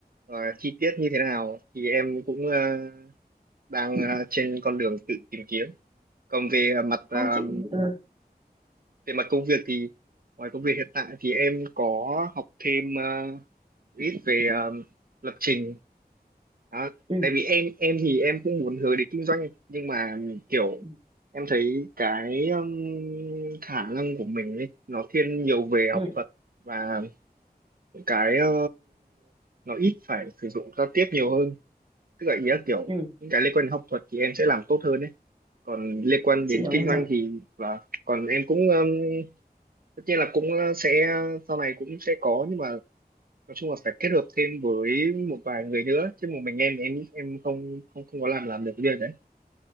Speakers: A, on the right; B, on the right.
A: ờ, chi tiết như thế nào thì em cũng ờ, đang ờ, trên con đường tự tìm kiếm còn về mặt
B: không
A: ờ,
B: chị ừ.
A: về mặt công việc thì ngoài công việc hiện tại thì em có học thêm ờ, ít về ờ, lập trình Đó.
B: Ừ.
A: tại vì em em thì em cũng muốn hướng đến kinh doanh nhưng mà kiểu
B: Ừ.
A: em thấy cái ừm, khả năng của mình ấy, nó thiên nhiều về
B: Ừ.
A: học thuật và những cái ờ, nó ít phải sử dụng giao tiếp nhiều hơn tức là ý là kiểu
B: Ừ.
A: những cái liên quan đến học thuật thì em sẽ làm tốt hơn đấy còn liên quan
B: chị
A: đến
B: hiểu
A: kinh
B: em
A: doanh
B: rồi
A: thì và còn em cũng ừm, tất nhiên là cũng sẽ sau này cũng sẽ có nhưng mà nói chung là phải kết hợp thêm với một vài người nữa chứ một mình em em em không không không có làm làm được cái việc đấy